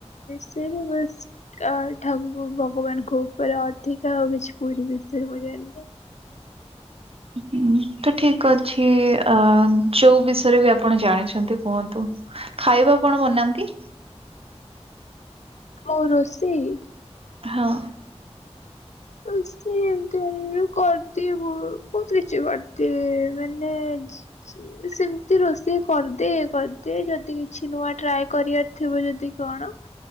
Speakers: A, on the left; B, on the right.
A: ସେ <unintelligible> ଆ ଠାକୁ ଭଗବାନଙ୍କ ଉପରେ ଅଧିକା ଆଉ କିଛି ପୁରୀ ବିଷୟରେ ମୁଁ ଜାଣିନି।
B: ହୁଁ। ତ ଠିକ୍ ଅଛି ଆ ଯୋଉ ବିଷୟରେ ବି ଆପଣ ଜାଣିଛନ୍ତି କୁହନ୍ତୁ? ଖାଇବା କଣ ବନାନ୍ତି?
A: ମୋ ରୋଷେଇ।
B: ହଁ।
A: ରୋଷେଇ ଏମିତି ଏଫ୍ କର୍। ତିଏ ବୋହୁ ବୋହୁତ୍ କିଛି ବାର୍ଦିଏ ମାନେ ସେମିତି ରୋଷେଇ କରିଦିଏ କରିଦିଏ ଯଦି କିଛି ନୂଆ ଟ୍ରାଏ କରିବା ଥିବ ଯଦି କଣ